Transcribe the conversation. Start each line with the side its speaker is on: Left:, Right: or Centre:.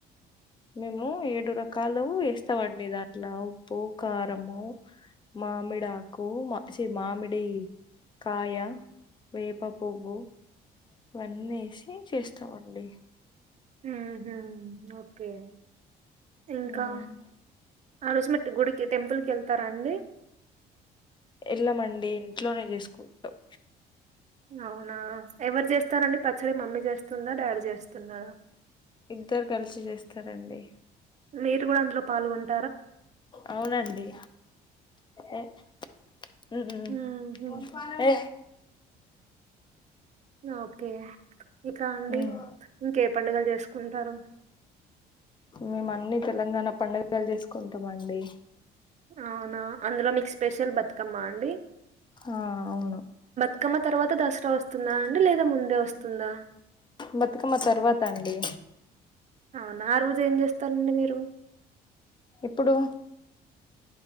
Left: మేము ఏడు రకాలు ఏస్తామండి దాంట్లో ఉప్పు కారము మామిడి ఆకు మ ఛీ మామిడి కాయ వేప పువ్వు ఇవన్నేసి చేస్తామండి.
Right: హ్మ్ హు ఓకే ఇంకా
Left: ఉమ్,
Right: ఆ రోజుమెట్ గుడికి టెంపుల్కెళ్తారా అండి
Left: ఎళ్ళమండి ఇంట్లోనే చేసుకుంటాం
Right: అవునా ఎవరు చేస్తారండి పచ్చడి మమ్మీ చేస్తుందా డాడీ చేస్తున్నాడ
Left: ఇద్దరు కలిసి చేస్తారండి
Right: మీరు గూడా అందులో పాల్గొంట్
Left: అవునండి ఎ హ్మ్
Right: హుహు.
Left: హు ఏ
Right: ఆ ఓకే ఇకా అండి
Left: ఉమ్,
Right: ఇంకే పండుగలు చేసుకుంటారు
Left: మేము అన్ని తెలంగాణ పండుగలు చేస్ కుంటామండి
Right: అవునా అందులో మీ స్పెషల్ బతుకమ్మ అండి
Left: ఆ అవును
Right: బతుకమ్మ తర్వాత దసరా వస్తుందా అంటే లేదా ముందే వస్తుందా
Left: బతుకమ్మ తర్వాత అండి
Right: అవునా ఆ రోజు ఏం చేస్తరండి మీరు
Left: ఇప్పుడు